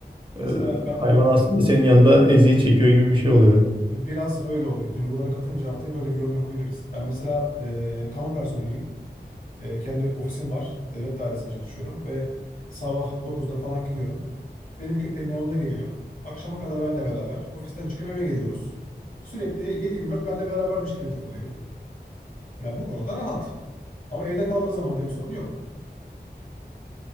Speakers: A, on the left (about 55°); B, on the right (about 30°).
A: Mesela
B: e,
A: ben
B: hayvan aslında senin yanında eziyet çekiyor gibi bir şey oluyor.
A: biraz öyle oluyor. Duyguları katınca artıya böyle bir yorum yapabiliriz. Ben mesela e, kamu personeliyim. E, kendi ofisim var. Devlet dairesinde çalışıyorum ve sabah dokuzda falan gidiyorum. Benim köpeğim yanımda geliyor. Akşama kadar benle beraber. Ofisten çıkıp eve geliyoruz. Sürekli 7-24 benle berabermiş gibi takılıyor. Yani bu konuda rahat. Ama evde kaldığı zaman da bir sorun yok.